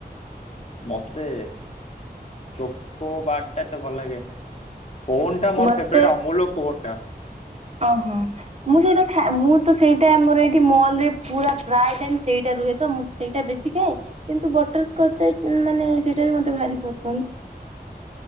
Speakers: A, on the left; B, on the right.
A: ମତେ ଚକ କୋବାର ଟା ତ ଭଲ ଲାଗେନି କୋନ ଟା ମୋର
B: ମତେ
A: ଫେବରେଟ୍ ଅମୁଲର କୋନଟା।
B: ଓହୋ ମୁଁ ସେଇଟା ଖାଏ ମୁଁ ତ ସେଇଟା ମୋର ଏଇ ମଲରେ ପୁରା ପ୍ରାୟ ଟାଇମ୍ ସେଇଟା ରୁହେ ତ ମୁଁ ସେଇଟା ବେଶୀ ଖାଏ କିନ୍ତୁ ବଟର ସ୍କଚ ମାନେ ସେଇଟା ବି ମତେ ଭାରି ପସନ୍ଦ।